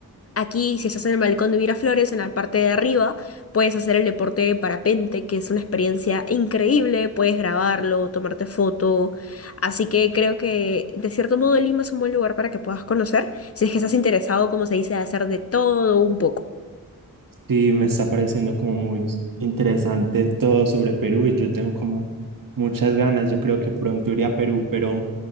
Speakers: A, on the left; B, on the right.
A: aquí si estás en el balcón de Miraflores, en la parte de arriba, puedes hacer el deporte de parapente, que es una experiencia increíble, puedes grabarlo, tomarte foto, así que creo que de cierto modo Lima es un buen lugar para que puedas conocer, si es que estás interesado, como se dice, de hacer de todo un poco.
B: Sí, me está pareciendo como muy interesante todo sobre Perú y yo tengo como muchas ganas. Yo creo que pronto iré a Perú, pero